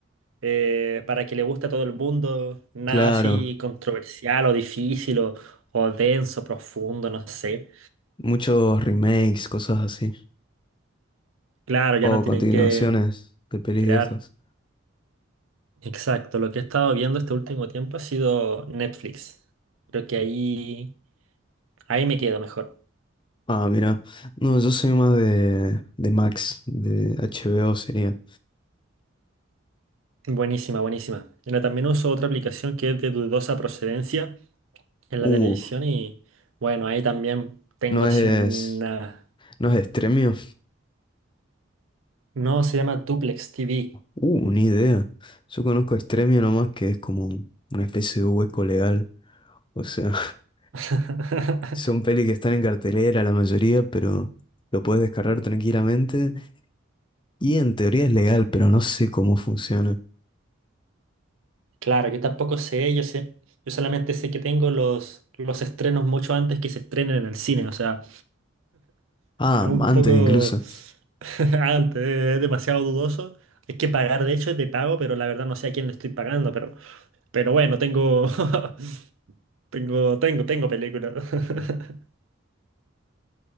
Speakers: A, on the right (about 85°); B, on the left (about 25°).
A: eh, para que le guste a todo el mundo, nada
B: Claro,
A: así controversial o difícil o, o denso, profundo, no sé.
B: muchos remakes, cosas así.
A: Claro, ya
B: O
A: no tienen
B: continuaciones
A: que
B: de pelis
A: crear.
B: viejas.
A: Exacto, lo que he estado viendo este último tiempo ha sido Netflix. Creo que ahí, ahí me quedo mejor.
B: Ah, mira. No, yo soy más de, de Max, de HBO sería.
A: Buenísima, buenísima. Mira, también uso otra aplicación que es de dudosa procedencia en la
B: Uh,
A: televisión y bueno, ahí también tengo
B: no
A: así
B: es,
A: una...
B: no es Stremio.
A: No, se llama Duplex TV.
B: Uh, ni idea. Yo conozco Extremio nomás, que es como una especie de hueco legal. O sea, <laughs>
A: <laughs>
B: son pelis que están en cartelera la mayoría, pero lo puedes descargar tranquilamente. Y en teoría es legal, pero no sé cómo funciona.
A: Claro, yo tampoco sé, yo sé, yo solamente sé que tengo los, los estrenos mucho antes que se estrenen en el cine, o sea,
B: Ah,
A: es un
B: antes
A: poco
B: incluso.
A: <laughs> antes, es demasiado dudoso. Hay que pagar, de hecho es de pago, pero la verdad no sé a quién le estoy pagando, pero, pero bueno, tengo <laughs> Tengo, tengo, tengo película. <laughs>